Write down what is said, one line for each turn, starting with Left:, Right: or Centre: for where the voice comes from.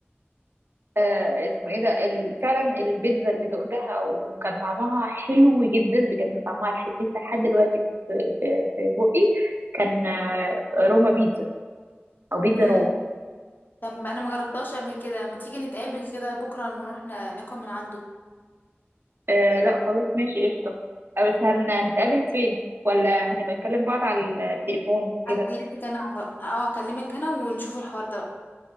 Right: آه اسمه ايه ده ال- فعلا البيتزا اللي دقتها وكان طعمها حلو جدا بجد طعمها لح- لسه لحد دلوقتي في في في بقي كان آه، روما بيتزا او بيتزا
Left: مم.
Right: روم
Left: طب انا ما جربتهاش قبل كده ما تيجي نتقابل كده بكره ونروح نا- ناكل من عنده
Right: آه لا خلاص ماشي قشطة آه، بس هنتقابل فين ولا هنبقى نكلم بعض على التليفون كده
Left: هكلمك انا اه هكلمك انا ونشوف الحوار ده بقى.